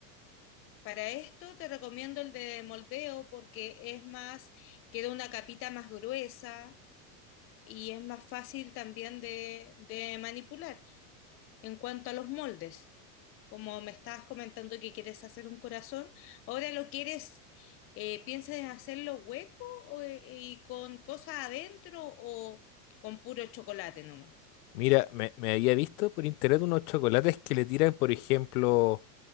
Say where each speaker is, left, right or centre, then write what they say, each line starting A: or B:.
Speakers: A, on the left (about 30°); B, on the left (about 70°).
A: Para esto te recomiendo el de moldeo porque es más, queda una capita más gruesa y es más fácil también de de manipular. En cuanto a los moldes, como me estabas comentando que quieres hacer un corazón, ¿ahora lo quieres, eh, piensas en hacerlo hueco o, eh, y con cosas adentro o con puro chocolate nomás?
B: Mira, me, me había visto por internet unos chocolates que le tiran, por ejemplo,